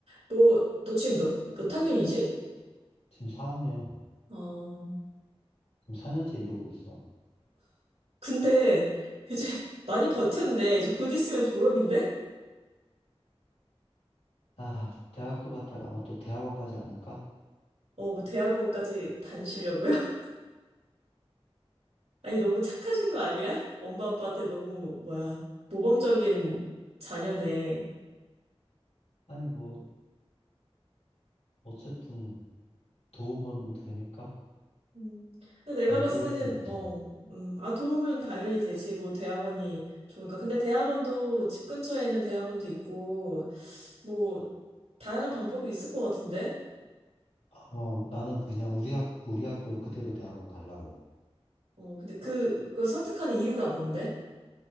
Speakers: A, on the right; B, on the left.
A: 뭐, 너 지금 몇, 몇 학년이지?
B: 지금 4학년
A: 어.
B: 지금 4년째 이러고 있어.
A: 근데 <laughs> 이제 많이 버텼네. 이제 곧 있으면 졸업인데?
B: 아 대학교 갔다가 아마 또 대학원 가지 않을까?
A: 어, 뭐 대학원까지 다니시려고요? <laughs> 아니, 너무 착하신 거 아니야? 엄마 아빠한테 너무, 뭐야, 모범적인 자녀네.
B: 아니 뭐 어쨌든 도움은 되니까
A: 음, 근데 내가
B: 안
A: 봤을
B: 되진
A: 때는,
B: 않잖아.
A: 어, 음, 아, 도움은 당연히 되지. 뭐, 대학원이 좋으니까. 근데 대학원도, 집 근처에 있는 대학원도 있고, 뭐, 다양한 방법이 있을 것 같은데?
B: 어, 나는 그냥 우리 학 우리 학교 그대로 대학원 가려고.
A: 어, 근데 그, 그걸 선택하는 이유가 뭔데?